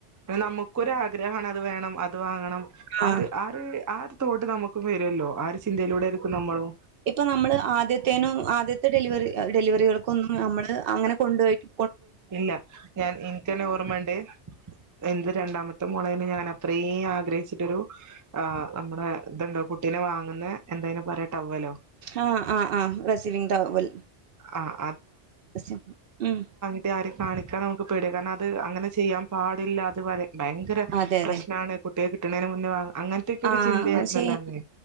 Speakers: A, on the right; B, on the right.
A: നമുക്കൊരു ആ ഗ്രഹാണത് വേണം അത് വാങ്ങണം
B: ആ
A: ആഒര് ആര് ആഒര് തോട് നമുക്ക് വെരുവല്ലോ ആര് ചിന്തയിലൂടെര്ക്കും നമ്മളും
B: ഇപ്പൊ നമ്മള് ആദ്യത്തേനും ആദ്യത്തെ ഡെലിവറി ഡെലിവറികൾക്കൊന്നും നമ്മള് അങ്ങനെ കൊണ്ടു പോയിട്ട്
A: ഇല്ല ഞാൻ ഇൻക്കന്നെ ഓർമ്മണ്ട് എന്ത് രണ്ടാമത്തെ മോളേണ് ഞാനത്രയൂംആഗ്രഹിച്ചിട്ടൊരു ആ നമ്മളെ ഇതെന്താ കുട്ട് ട്ടിനെ വാങ്ങുന്ന എന്തായ്ന് പറ്‌യ ട്ടവ്വലോ?
B: ആ ആ ആ റെസീവിംഗ് ട്ടവ്വൽ
A: ആഹ്
B: റെസീ ഉം
A: യെ ആരും കാണിക്കാ നമുക്ക് പെടിയ കാരണം അത് അങ്ങനെ ചെയ്യാൻ പാടില്ല അത് ബര ഭയങ്കര
B: അതെ
A: പ്രശ്നാണ്
B: അതെ
A: കുട്ടിയെ കിട്ടണേന് മുന്നെ വാങ്ങ അങ്ങെൻ ൻത്തെക്കൊരു
B: ആഹ്
A: ചിന്തയായിരുന്നല്ലോ
B: അങ്ങനെ ചെയ്യാം
A: അന്ന്